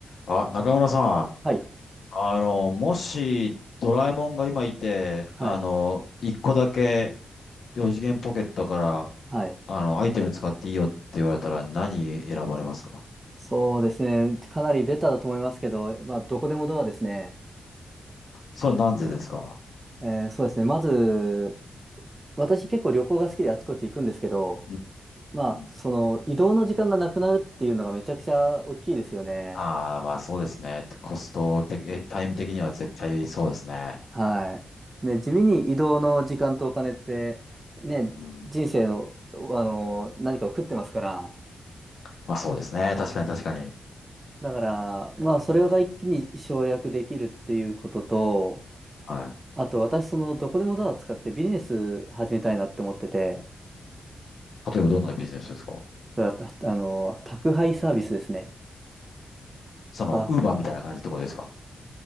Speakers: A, on the left (about 65°); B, on the right (about 20°).
A: あ、中村さん、
B: はい。
A: あの、もしドラえもんが今いて、
B: はい。
A: あの、一個だけ四次元ポケットから、
B: はい。
A: あの、アイテム使っていいよって言われたら何選ばれますか
B: そうですね。かなりベタだと思いますけど、まあ、どこでもドアですね。
A: それは何故でですか
B: えーそうですね。まず、私結構旅行が好きであちこち行くんですけど、
A: うん
B: まあ、
A: うん。
B: その移動の時間がなくなるっていうのがめちゃくちゃ大きいですよね。
A: ああ、まあそうですね。コスト的、えタイム的には絶対そうですね。
B: はい。ね、地味に移動の時間とお金って、ね、
A: うん。
B: 人生の、あの、何かを食ってますから。
A: まあそうですね。確かに確かに。
B: だから、まあ、それが一気に省略できるっていうことと、
A: は
B: あと私、その、どこでもドア使ってビジネス始めたいなって思ってて、
A: い。例えばどんなビジネスですか
B: それは、たあの、宅配サービスですね。
A: その、
B: あ、
A: ウーバーみたいな感じってことですか